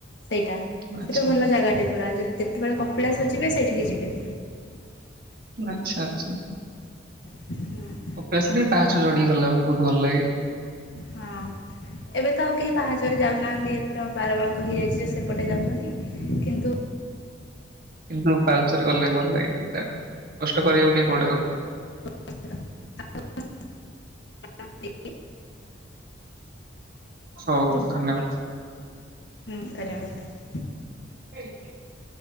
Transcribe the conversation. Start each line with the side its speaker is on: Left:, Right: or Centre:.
Left: ସେଇଟା
Right: ଆଚ୍ଛା,
Left: ସେଟା ଭଲ ଜାଗା ଟେ। ପୁରା ଯେ ଯେତେବେଳେ କପିଳାସ ଯିବେ ସେଇଠିକି ଯିବେ।
Right: ଆଚ୍ଛା ଆଚ୍ଛା।
Left: ହଁ।
Right: କପିଳାସରେ ବି ପାହାଚ ଚଢିକି ଗଲାବେଳେ ବହୁତ ଭଲ ଲାଗେ।
Left: ହଁ। ଏବେ ତ ଆଉ କେହି ପାହାଚରେ ଯାଉନାହାନ୍ତି ଏଥର ବାରବାଙ୍କ ହେଇଯାଇଛି ଯେ ସେପଟେ ଯାଉଛନ୍ତି କିନ୍ତୁ
Right: କିନ୍ତୁ ଫାହୁଚରେ ଗଲେ ଭଲ ଲାଗେ ଟିକେ ତାଠୁ କଷ୍ଟ କରିବାକୁ ଟିକେ ପଡେ ଆଉ।
Left: <unintelligible> ହୁଁ
Right: ହଉ ଧନ୍ୟବାଦ।
Left: ହୁଁ ଧନ୍ୟବାଦ।
Right: <unintelligible>